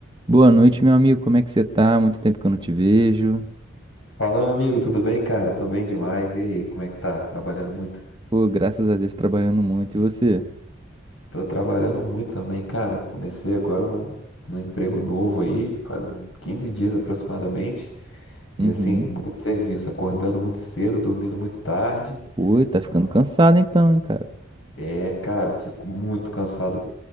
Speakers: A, on the right; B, on the left.
A: Boa noite, meu amigo. Como é que você tá? Muito tempo que eu não te vejo.
B: Fala, meu amigo, tudo bem, cara? Tô bem demais. E aí, como é que tá? Trabalhando muito?
A: Pô, graças a Deus, trabalhando muito. E você?
B: Tô trabalhando muito também, cara. Comecei agora num, num emprego novo aí, faz uns 15 dias aproximadamente. E
A: Uhum.
B: assim, muito serviço, acordando muito cedo, dormindo muito tarde.
A: Pô, tá ficando
B: Mas vamos-
A: cansado então, hein, cara?
B: é, cara, fico muito cansado.